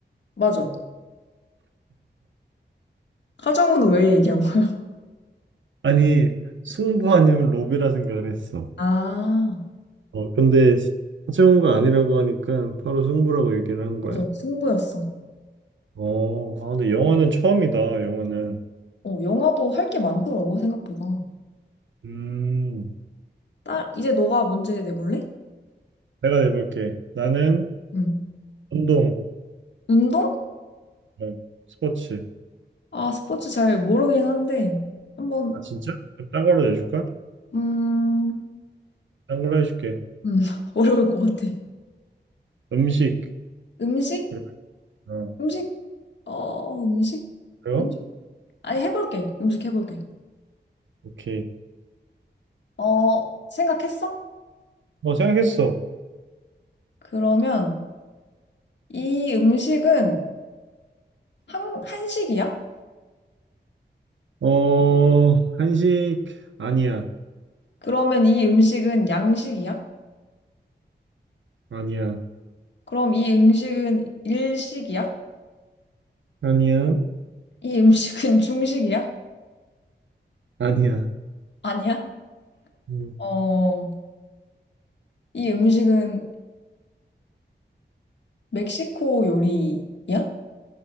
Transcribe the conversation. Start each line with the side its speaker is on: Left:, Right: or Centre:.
Left: 맞아. 하정우는 왜 얘기한 거야?
Right: 아니, 승부 아니면 로비라 생각을 했어.
Left: 아,
Right: 어, 근데 하정우가 아니라고 하니까 바로 승부라고 얘기를 한 거야.
Left: 맞아. 승부였어.
Right: 어, 아, 근데 영어는 처음이다, 영어는.
Left: 어, 영화도 할게 많더라고, 생각보다.
Right: 음,
Left: 딸, 이제 너가 문제 내볼래?
Right: 내가 내볼게. 나는
Left: 응.
Right: 운동,
Left: 운동?
Right: 어, 스포츠.
Left: 아, 스포츠 잘 모르긴 한데, 한번
Right: 아, 진짜? 그럼 딴 걸로 내줄까?
Left: 음, 음,
Right: 딴 걸로 해줄게.
Left: <laughs> 어려울 것 같아.
Right: 음식.
Left: 음식?
Right: 그래. 어,
Left: 음식? 어, 음식?
Right: 그래요?
Left: 음식? 아니, 해볼게. 음식 해볼게.
Right: 오케이.
Left: 어, 생각했어?
Right: 어, 생각했어.
Left: 그러면 이 음식은 한, 한식이야?
Right: 어, 한식, 아니야.
Left: 그러면 이 음식은 양식이야?
Right: 아니야.
Left: 그럼 이 음식은 일식이야?
Right: 아니야.
Left: 이 음식은 <laughs> 중식이야?
Right: 아니야.
Left: 아니야?
Right: 음,
Left: 어, 이 음식은 멕시코 요리야?